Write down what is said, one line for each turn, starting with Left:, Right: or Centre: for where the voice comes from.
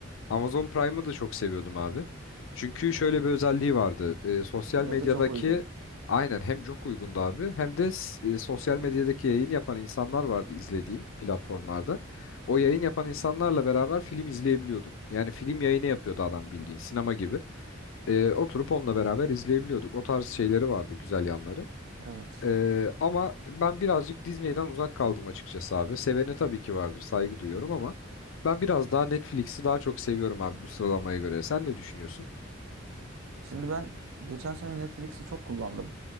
Left: Amazon Prime'ı da çok seviyordum abi. Çünkü şöyle bir özelliği vardı. E, sosyal
Right: Fiyatı
Left: medyadaki
Right: çok uygun.
Left: aynen hem çok uygundu abi hem de s- e, sosyal medyadaki yayın yapan insanlar vardı izlediğim platformlarda. O yayın yapan insanlarla beraber film izleyebiliyorduk. Yani film yayını yapıyordu adam bildiğin sinema gibi. E, oturup onunla beraber izleyebiliyorduk. O tarz şeyleri vardı, güzel yanları.
Right: Evet.
Left: E, ama ben birazcık Disney'den uzak kaldım açıkçası abi. Seveni tabii ki vardır, saygı duyuyorum ama ben biraz daha Netflix'i daha çok seviyorum abi bu sıralamaya göre. Sen ne düşünüyorsun?
Right: Şimdi ben geçen sene Netflix'i çok kullandım.